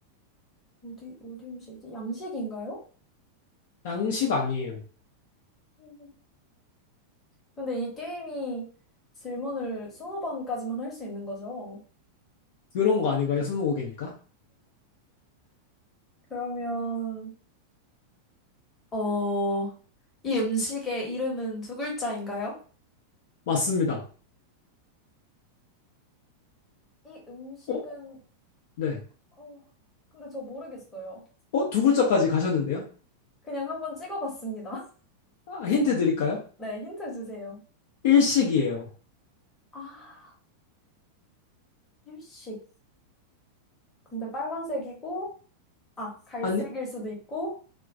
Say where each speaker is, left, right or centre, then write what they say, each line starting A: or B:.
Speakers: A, on the left; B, on the left.
A: 어디 어디 음식이지? 양식인가요?
B: 양식 아니에요.
A: 음. 근데 이 게임이 질문을 20번까지만 할 수 있는 거죠?
B: 그런 거 아닌가요? 스무고개니까?
A: 그러면 어, 이 음식의 이름은 두 글자인가요?
B: 맞습니다.
A: 이 음식은,
B: 어? 네.
A: 어, 근데 저 모르겠어요.
B: 어? 두 글자까지 가셨는데요?
A: 그냥 한번 찍어봤습니다. <laughs>
B: 아, 힌트 드릴까요?
A: 네, 힌트 주세요.
B: 일식이에요.
A: 아, 일식. 근데 빨간색이고, 아, 갈색일
B: 아니,
A: 수도 있고,